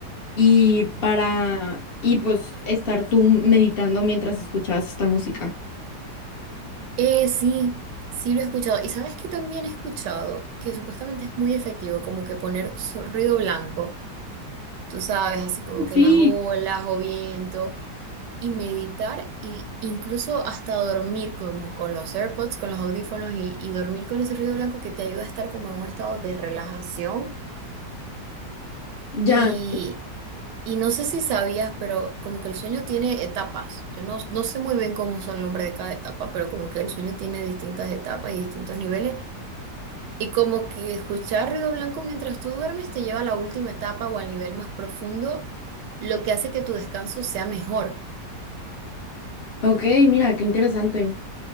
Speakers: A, on the left; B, on the right.
A: y para, y pues estar tú meditando mientras escuchabas esta música.
B: Eh, sí, sí lo he escuchado. Y sabes que también he escuchado que supuestamente es muy efectivo, como que poner so- ruido blanco, tú sabes, así como que
A: Sí,
B: las olas o viento, y meditar, y incluso hasta dormir, como con los AirPods, con los audífonos, y, y dormir con ese ruido blanco que te ayuda a estar como en un estado de relajación
A: Ya,
B: Y, y no sé si sabías, pero como que el sueño tiene etapas. Yo no, no sé muy bien cómo son el nombre de cada etapa, pero como que el sueño tiene distintas etapas y distintos niveles. Y como que escuchar ruido blanco mientras tú duermes te lleva a la última etapa o al nivel más profundo, lo que hace que tu descanso sea mejor.
A: ok, mira, qué interesante.